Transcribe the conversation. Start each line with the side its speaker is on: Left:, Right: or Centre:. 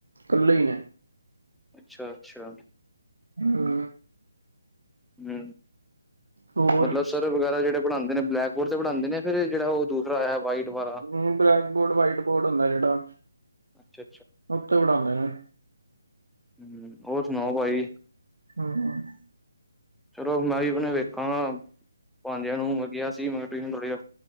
Right: ਕੱਲ੍ਹੇ ਹੀ ਨੇ।
Centre: ਅੱਛਾ-ਅੱਛਾ।
Right: ਹੂੰ।
Centre: ਹੂੰ,
Right: ਹੋਰ
Centre: ਮਤਲਬ ਸਰ ਵਗੈਰਾ ਜਿਹੜੇ ਪੜਾਂਦੇ ਨੇ ਬਲੈਕ ਬੋਰਡ ਤੇ ਪੜਾਂਦੇ ਨੇ, ਫਿਰ ਜਿਹੜਾ ਉਹ ਦੂਸਰਾ ਹੈ ਵਾਈਟ ਵਾਲਾ
Right: ਹੂੰ ਬਲੈਕ ਬੋਰਡ, ਵਾਈਟ ਬੋਰਡ ਹੁੰਦਾ ਹੈ ਜਿਹੜਾ।
Centre: ਅੱਛਾ
Right: ਉੱਥੇ ਪੜਾਂਦੇ ਨੇ।
Centre: ਹੂੰ ਹੋਰ ਸੁਣਾਓ ਭਾਜੀ।
Right: ਹੂੰ, ਹੂੰ।
Centre: ਚਲੋ ਮੈਂ ਵੀ ਹੁਣ ਵੇਖਾਂ ਭਾਂਜਿਆਂ ਨੂੰ ਲੱਗਿਆ ਸੀ ਮੈਂ ਟ੍ਰੇਨਿੰਗ ਚਲ ਰਹੀ